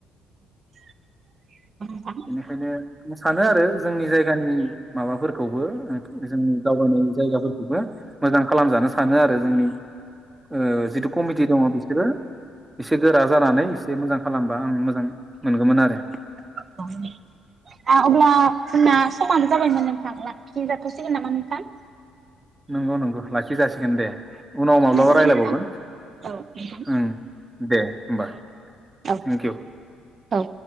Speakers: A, on the right (about 45°); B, on the right (about 15°).
A: <inaudible>
B: खायनो सानो आरो जोंनि जायगानि माबाफोरखौबो जोंनि दावबायनाय जायगाफोरखौबो मोजां खालामजानो सानो आरो जोंनि ओ जिथु कमिटि दङ बिसोरो एसे गोरा जाना नै इसे मोजां खालामबा आं मोजां मोनगौमोन आरो।
A: <inaudible> दा अब्ला जोंना समानो जाबायमोन नोंथां लाखि जाथ'सिगोन नामा नोंथां?
B: नंगौ नंगौ लाखि जासिगोन दे। उनाव माब्लाबा
A: गोजोननाय थाबाय
B: रायलायबावगोन
A: नोंथां औ नोंथां
B: ओं दे होमबा।
A: औ
B: थेंक इउ।
A: औ।